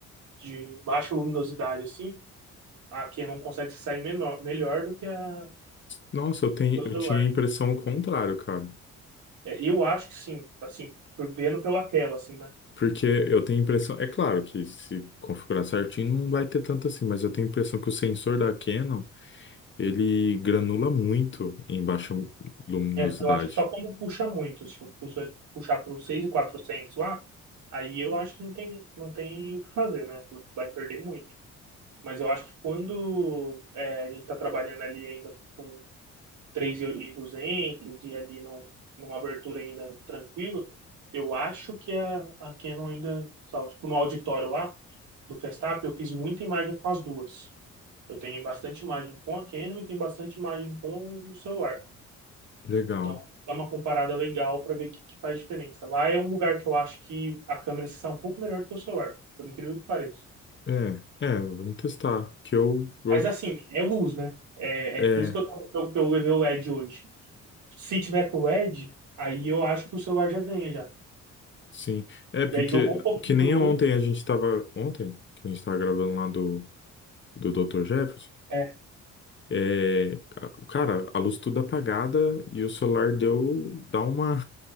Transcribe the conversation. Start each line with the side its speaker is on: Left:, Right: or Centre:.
Right: de baixa luminosidade assim, a Canon consegue se sair menor, melhor do que a
Left: Nossa, eu tenho,
Right: do
Left: eu
Right: celular.
Left: tinha a impressão
Right: né?
Left: contrária, cara.
Right: É, eu acho que sim, assim, por- vendo pela tela, assim, né?
Left: Porque eu tenho a impressão, é claro que se configurar certinho não vai ter tanto assim, mas eu tenho a impressão que o sensor da Canon, ele granula muito em baixa luminosidade.
Right: É, eu acho que só quando puxa muito, se puxa- puxar para os 6.400 lá, aí eu acho que não tem, não tem o que fazer, né? Tu vai perder muito. Mas eu acho que quando é, a gente está trabalhando ali ainda com 3.200 e duzentos e ali num, numa abertura ainda tranquila, eu acho que a, a Canon ainda, sabe, tipo no auditório lá do Festap, eu fiz muita imagem com as duas. Eu tenho bastante imagem com a Canon e tenho bastante imagem com o celular.
Left: Legal.
Right: Então, é uma comparada legal para ver o que, que faz diferença. Lá é um lugar que eu acho que a câmera está um pouco melhor do que o celular, por incrível que pareça.
Left: É, é, vamos testar. Que eu, eu-
Right: Mas assim, é luz, né? É,
Left: é,
Right: é por isso que eu, eu, que eu levei o LED hoje. Se tiver com LED, aí eu acho que o celular já ganha já.
Left: Sim, é porque
Right: E aí jogou um pouquinho
Left: que nem
Right: de luz.
Left: ontem a gente estava ontem que a gente estava gravando lá do do doutor Jefferson,
Right: É,
Left: é, a- cara, a luz tudo apagada e o celular deu dá uma